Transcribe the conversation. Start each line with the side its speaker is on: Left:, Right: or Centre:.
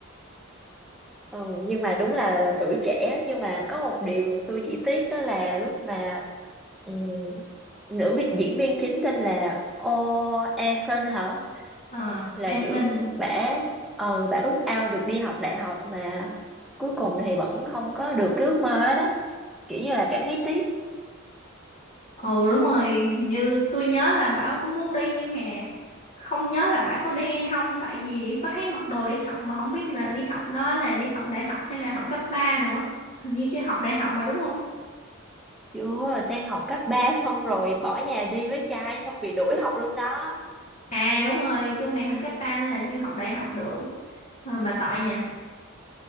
Centre: ừ nhưng mà đúng là tuổi trẻ nhưng mà có một điều tôi chỉ tiếc đó là lúc mà ừm, nữ việc diễn viên chính tên là Oh Eason hả
Left: Ờ, à,
Centre: là
Left: Eason.
Centre: kiểu bả ờ bả ước ao được đi học đại học mà cuối cùng thì vẫn không có được cái ước mơ đó kiểu như là cảm thấy tiếc
Left: Ừ đúng rồi, hình như tôi nhớ là Bảo cũng muốn đi nhưng mà không nhớ là Bảo có đi hay không tại vì có thấy mặc đồ đi học mà không biết là đi học đó là đi học đại học hay là học cấp 3 nữa. Hình như chưa học đại học mà đúng không?
Centre: chưa đang học cấp 3 xong rồi bỏ nhà đi với trai xong bị đuổi học luôn đó
Left: À đúng rồi, chưa hoàn thành cấp 3 nên là chưa học đại học được. mà mà tội nha.